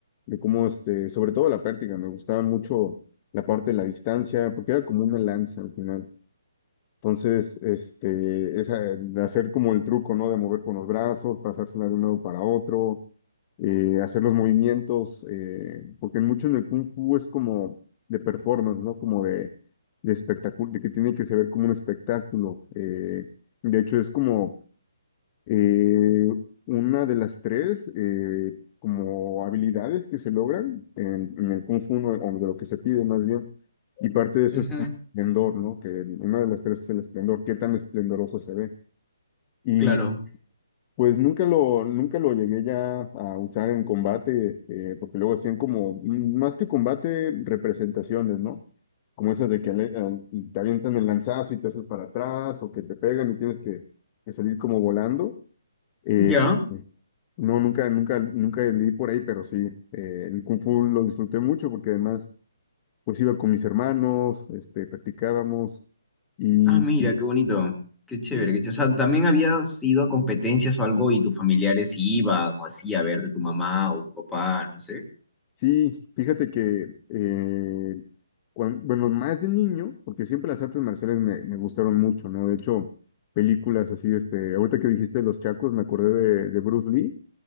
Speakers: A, on the left (about 30°); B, in the centre.
A: de cómo, este, sobre todo la pértiga, me gustaba mucho la parte de la distancia, porque era como una lanza al final. Entonces, este, esa, de hacer como el truco, ¿no? De mover con los brazos, pasársela de un lado para otro, eh, hacer los movimientos, eh, porque mucho en el Kung Fu es como de performance, ¿no? Como de, de espectáculo, de que tiene que se ver como un espectáculo. eh, de hecho, es como eh, una de las tres, eh, como habilidades que se logran en, en el Kung Fu, ¿no? o de lo que se pide más bien, y parte de eso
B: ujú,
A: es como esplendor, ¿no? Que una de las tres es el esplendor, qué tan esplendoroso se ve. Y
B: claro,
A: pues nunca lo, nunca lo llegué ya a usar en combate, eh, porque luego hacían como, mm, más que combate, representaciones, ¿no? Como esas de que ale- eh, te avientan el lanzazo y te haces para atrás, o que te pegan y tienes que, que salir como volando. Eh,
B: ya.
A: no, nunca, nunca, nunca leí por ahí, pero sí, eh, el Kung Fu lo disfruté mucho porque además, pues iba con mis hermanos, este, practicábamos y,
B: Ah, mira,
A: y
B: qué bonito, qué chévere,
A: sí,
B: qué chévere. O sea, ¿también habías ido a competencias o algo y tus familiares iban o así a ver de tu mamá o tu papá, no sé?
A: sí, fíjate que, eh, cuan- bueno, más de niño, porque siempre las artes marciales me, me gustaron mucho, ¿no? De hecho, películas así, este, ahorita que dijiste Los Chacos, me acordé de, de Bruce Lee,